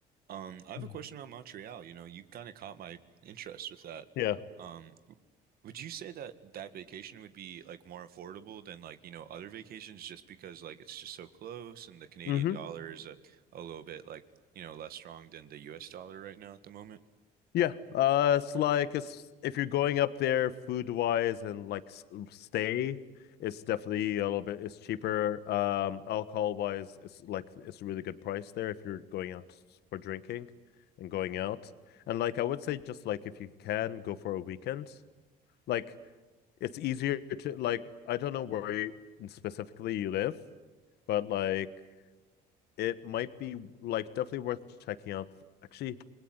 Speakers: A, on the right; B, on the left.
A: Um, I have
B: Hmm.
A: a question about Montreal. You know, you kind of caught my interest with that.
B: Yeah.
A: Um, w- would you say that that vacation would be like more affordable than like, you know, other vacations just because like it's just so close and the Canadian
B: hmm
A: dollar is a, a little bit like, you know, less strong than the US dollar right now at the moment?
B: Yeah, uh, it's like it's if you're going up there food wise and like s- stay, it's definitely a little bit it's cheaper. Um, alcohol wise, it's like it's a really good price there if you're going out for drinking and going out. And like I would say, just like if you can go for a weekend, like it's easier to like I don't know where you, specifically you live, but like it might be like definitely worth checking out. Actually.